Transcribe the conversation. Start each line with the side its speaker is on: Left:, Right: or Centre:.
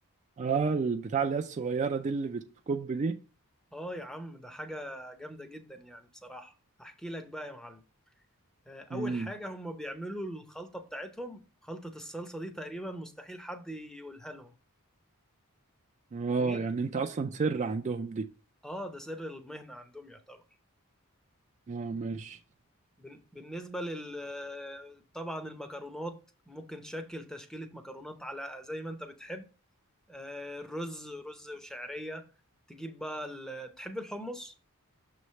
Right: آه البتاع اللي هي الصغيرة دي اللي بتكب دي
Centre: اه يا عم ده حاجة جامدة جدا يعني بصراحة هحكي لك بقى يا معلم آه، اول
Right: امم
Centre: حاجة هم بيعملوا الخلطة بتاعتهم خلطة الصلصة دي تقريبا مستحيل حد يقولها لهم
Right: اه
Centre: غير
Right: يعني انت اصلا سر عندهم دي
Centre: اه ده سر المهنة عندهم يعتبر
Right: اه ماشي
Centre: بن- بالنسبة لل آه، طبعا المكرونات ممكن تشكل تشكيلة مكرونات على زي ما انت بتحب آه، الرز رز وشعرية تجيب بقى ال... تحب الحمص